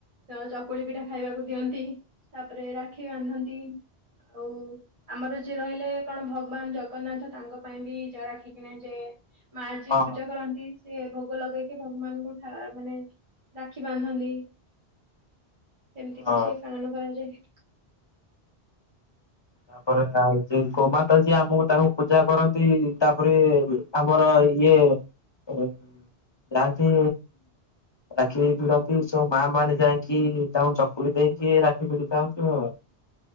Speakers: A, on the right; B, on the left.
A: ତ ଚକୁଳି ପିଠା ଖାଇବାକୁ ଦିଅନ୍ତି ତାପରେ ରାକ୍ଷୀ ବାନ୍ଧନ୍ତି। ଆଉ ଆମର ଯିଏ ରହିଲେ କଣ ଭଗବାନ ଜଗନ୍ନାଥ ତାଙ୍କ ପାଇଁ ବି ଜା ରାଖିକିନା ଯାଏ। ମା ଯିଏ
B: ହଁ
A: ପୂଜା କରନ୍ତି ସିଏ ଭୋଗ ଲଗେଇକି ଭଗବାନଙ୍କୁ ମାନେ ରାକ୍ଷୀ ବାନ୍ଧନ୍ତି। ଏମିତି
B: ହଁ।
A: କିଛି ପାଳନ କରାଯାଏ।
B: ତାପରେ ଆଉ ଗୋମାତା ଯିଏ ଆମକୁ ତାଙ୍କୁ ପୂଜା କରନ୍ତି ତାପରେ ଆମର ଇଏ <unintelligible> ଯାଆନ୍ତି। ରାକ୍ଷୀ ଭିଡନ୍ତି ସବୁ ମା ମାନେ ଯାଇକି ତାଙ୍କୁ ଚକୁଳି ଦେଇକି ରାକ୍ଷୀ ଭିଡ଼ି ଥାନ୍ତି ଆଉ। <inaudible>